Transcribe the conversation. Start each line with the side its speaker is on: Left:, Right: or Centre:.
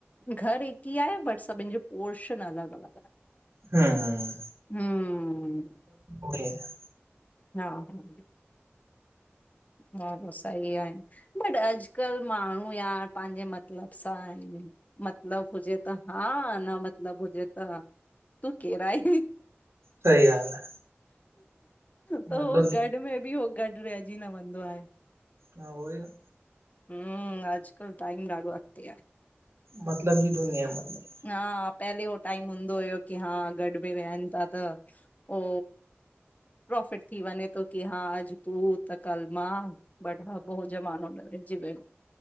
Left: घर हिक ही आहे, बट सभिन जो पोर्शन अलॻ अलॻ आहें।
Right: हम्म
Left: हम
Right: <unintelligible>
Left: हा हा ॻाल त सही आहे। बट, अॼुकल्ह माणहू यार पाहिंजे मतलबु सां आहिन, मतिलब हुजे त हा न मतिलब हुजे त त केर <unintelligible> ई
Right: सही ॻाल्हि आहे
Left: त
Right: मतलब
Left: उ घट में बि हो ॻॾु रहिंजी न वेंदो आहे।
Right: हा, उहो ई न
Left: हम, अॼकल्ह टाइम ॾाढो अॻिते आहे।
Right: मतलब जी दुनिया मतल
Left: हा, पहले उ टाइम हूंदो हुयो की हा, गॾ बि वेहनि था त ओ प्रोफिट थी वञे थो की हा, अॼ तूं त कल मां। बॾ खा पो हो जमानो लॻे जी वीयो।